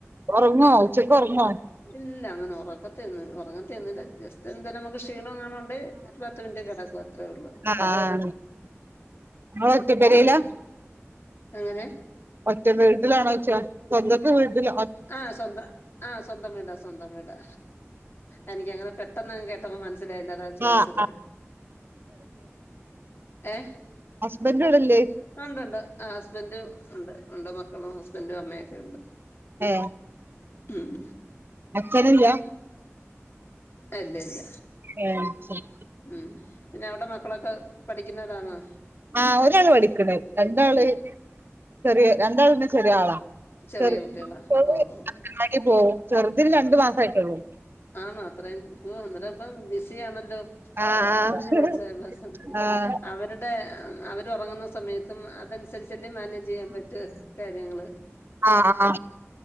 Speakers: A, on the right (about 45°); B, on the left (about 50°).
A: ഒറങ്ങോ ഉച്ചക്കൊറങ്ങോ?
B: ഇല്ല. അങ്ങനെ ഒറക്ക- ഒറങ്ങത്തെ ഒന്നുല്ല ജസ്റ്റ് എന്തെലും നമുക്ക് ക്ഷീണംഎങ്ങാനും ഉണ്ടേ ഒരു പത്ത് മിനിറ്റ് കിടക്കും അത്രേ ഒള്ളൂ.
A: ആഹ ഇങ്ങളൊറ്റ പേരേല?
B: പിന്നെ അങ്ങനെ
A: ഒറ്റ വീട്ടിലാണോ വച്ചാ സ്വന്തത്തെ വീട്ടില
B: ആ സ്വന്തം ആ സ്വന്തം വീടാ സ്വന്തം വീടാ. എനിക്കങ്ങനെ പെട്ടന്നങ് കേട്ടപ്പോ മന - ലായില്ലതാ ചോദിച്ചത്.
A: ആഹ്
B: ഏ
A: ഹസ്ബൻന്റ് വടല്ല
B: ഉണ്ട്ണ്ട് ഹസ്ബൻഡും ഉണ്ട് ഉണ്ട് മക്കളും ഹസ്ബൻറും അമ്മയൊക്കെ ഉണ്ട്
A: ഏ
B: ഉം
A: അഛനില്ലാ?
B: അഇല്ല ഇല്ല
A: ആ ശരി
B: ഉം പിന്നെ അവിടെ മക്കളൊക്കെ പഠിക്കുന്നതാണോ
A: ആ ഒരാള് പഠിക്ക്ണ്. രണ്ടാള് ചെറിയ രണ്ടാൾ പിന്നെ ചെറിയ ആളാ.
B: ചെറിയ
A: ചെറ്
B: കുട്ടികളാ
A: മൂത്തത്
B: ഓഹ് ഓഹ്
A: അംഗൻവാടി പോവും. ചെറുതിന് രണ്ട് മസായിട്ടൊള്ളൂ.
B: ആണോ അത്രയും, ഓ എന്നിട്ടപ്പം അപ്പം ബിസി ആണല്ലോ!
A: ആഹ്
B: അത്ര കുഞ്ഞു കൊച്ചായിരുന്ന
A: ആഹ്
B: സമയത്ത്
A: ആഹ്
B: അവരുടെ- അവര് ഉറങ്ങുന്ന സമയത്തും അതനുസരിച്ചല്ലെ മാനേജ് ചെയ്യാൻ പറ്റു കാര്യങ്ങള്
A: ആ ആ